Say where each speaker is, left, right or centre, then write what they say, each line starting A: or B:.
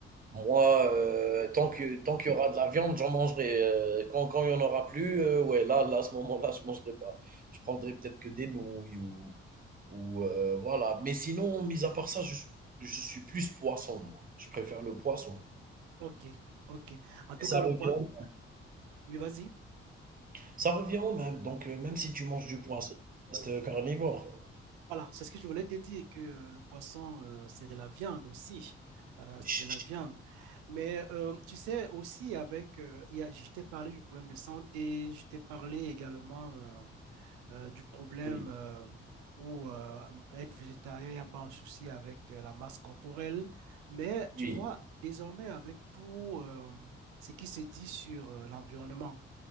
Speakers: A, on the right; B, on the right.
A: Moi, heu, tant que tant qu'il y aura de la viande, j'en mangerai, heu, quand quand il y en aura plus, heu, ouais, là là, à ce moment-là, je ne mangerai pas. Je prendrai peut-être que des nouilles ou ou heu, voilà. Mais sinon, mis à part ça, je je suis plus poisson, moi. Je préfère le poisson.
B: Ok, ok. En tout
A: Mais
B: cas,
A: ça
B: le
A: revient
B: poids. Oui, vas-y.
A: ça revient au même. Donc heu, même si tu manges du poisson, tu restes, euh, carnivore.
B: Voilà, c'est ce que je voulais te dire, que euh, le poisson, euh, c'est de la viande aussi. Euh, c'est
A: Ch
B: de la
A: ch
B: viande. Mais euh, tu sais, aussi, avec, euh, il y a- je t'ai parlé du problème de santé, je t'ai parlé également euh, euh, du problème
A: oui,
B: euh, où euh, être végétarien, il n'y a pas un souci avec euh, la masse corporelle. Mais
A: oui,
B: tu vois, désormais, avec tout euh, ce qui se dit sur euh, l'environnement,